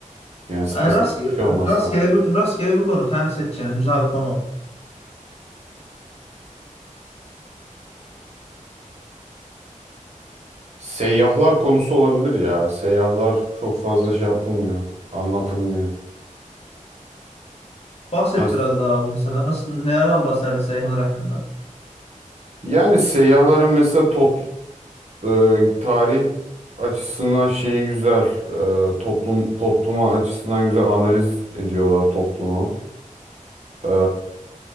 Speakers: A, on the right; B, on the left.
A: Yani spesifik
B: Yani rastgele,
A: bir şey olması
B: rastgele,
A: lazım.
B: bir, rastgele bir konu. Kendi seçeceğin güzel bir konu ol.
A: Seyyahlar konusu olabilir ya. Seyyahlar çok fazla
B: İşte
A: şey yapılmıyor. Anlatılmıyor.
B: bahset
A: Biraz-
B: biraz daha abi mesela. Nasıl, nelerden bahsederdin seyahatler hakkında?
A: Yani seyyahların mesela top, e, tarih açısından şeyi güzel. e, toplum topluma açısından güzel analiz ediyorlar toplumu. E,